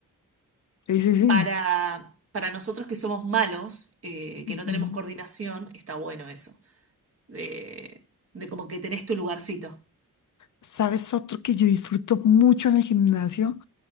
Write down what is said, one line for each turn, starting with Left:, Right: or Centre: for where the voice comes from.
Left: Sí, sí, sí.
Right: Para, para nosotros que somos malos, eh, que
Left: Ujú.
Right: no tenemos coordinación, está bueno eso. De, de como que tenés tu lugarcito.
Left: ¿Sabes otro que yo disfruto mucho en el gimnasio?